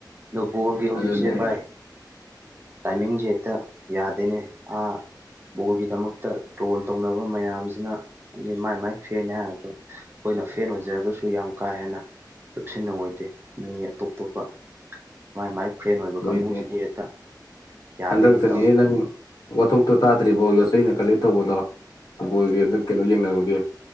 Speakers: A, on the right; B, on the left.
A: ꯑꯗꯣ ꯕꯣꯜꯒꯤ ꯍꯧꯖꯤꯛꯁꯦ
B: ꯑꯗꯨꯅꯦ
A: ꯚꯥꯏ ꯇꯥꯏꯃꯤꯡꯁꯦ ꯍꯦꯛꯇ ꯌꯥꯗꯦꯅꯦ ꯑꯥ ꯕꯣꯜꯒꯤꯗꯃꯛꯇ ꯇ꯭ꯔꯣꯜ ꯇꯧꯅꯕ ꯃꯌꯥꯝꯁꯤꯅ ꯍꯥꯏꯗꯤ ꯃꯥꯏ ꯃꯥꯏ ꯐꯦꯟꯅꯤꯍꯥꯏꯔꯁꯨ ꯑꯈꯣꯏꯅ ꯐꯦꯟ ꯑꯣꯏꯖꯔꯒꯁꯨ ꯌꯥꯝ ꯀꯥ ꯍꯦꯟꯅ ꯂꯨꯞꯁꯤꯟꯅ ꯑꯣꯏꯗꯦ ꯃꯤ ꯑꯇꯣꯞ ꯑꯇꯣꯞꯄ ꯃꯥꯏ ꯃꯥꯏ ꯐ꯭ꯔꯦꯟ ꯑꯣꯏꯕ
B: ꯍꯣꯏꯅꯦ
A: ꯀꯥꯡꯕꯨꯁꯤꯗꯤ ꯍꯦꯛꯇ ꯌꯥꯗꯦꯅꯦ
B: ꯍꯟꯗꯛꯇꯅꯤꯅꯦ
A: ꯏꯇꯥꯎ
B: ꯅꯪ ꯋꯥꯊꯣꯛꯇꯣ ꯇꯥꯗ꯭ꯔꯤꯕꯣ ꯌꯣꯠꯆꯩꯅ ꯀꯂꯦ ꯇꯧꯕꯗꯣ ꯐꯨꯠꯕꯣꯜꯒꯤ ꯍꯟꯗꯛ ꯀꯩꯅꯣ ꯌꯦꯡꯅꯕꯒꯤ